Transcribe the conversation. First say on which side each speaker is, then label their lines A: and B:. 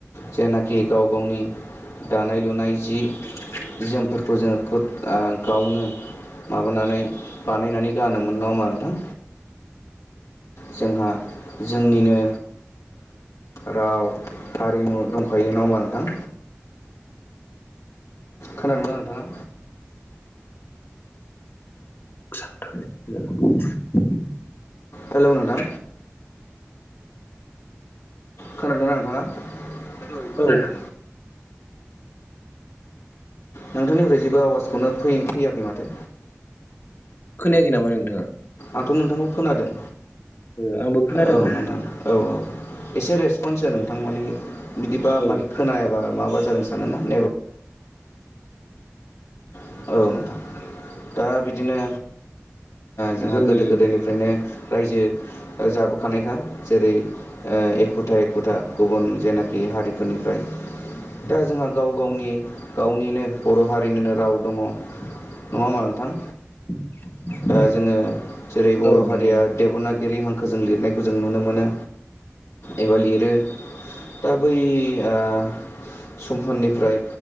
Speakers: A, on the left (about 80°); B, on the left (about 50°).
A: जेनाखि गाव गावनि दानाय लुनाय जि जोमफोरखौ जोङो गावनो माबानानै बानायनानै गानोमोन नङा होमबा नोंथां जोंहा जोंनिनो राव हारिमु दंखायो नङा होमबा नोंथां खोनादोंना नोंथाङा
B: <inaudible>
A: हेलौ नोंथां खोनादोंना नोंथाङा औ खोनादों
B: ओ
A: नोंथांनिफ्राय जेबो आवाजखौनो फैयाखै माथो
B: खोनायाखै नामा नोंथाङा
A: आंथ' नोंथांखौ खोनादों
B: ओ आंबो खोनादों
A: औ नोंथां औ-औ एसे रेसपन्स हो नोंथां मानि बिदिबा
B: ओ
A: माने खोनायाबा माबा जादों - सानोना <unintelligible> औ नोंथां दा बिदिनो
B: औ
A: जोंहा
B: जोंनि
A: गोदो गोदायनिफ्रायनो रायजो जाबोखानायखा जेरै एखुथा एखुथा गुबुन जेनाखि हारिफोरनिफ्राय दा जोंहा गाव गावनि गावनिनो बर' हारिनिनो राव दङ नङा होमबा नोंथां
B: <inaudible>
A: दा जोङो जेरै बर'
B: औ नंगौ
A: हारिया देब'नागिरि हांखोजों लिरनायखौ जों नुनो मोनो एबा लिरो दा बै आह समफोरनिफ्राय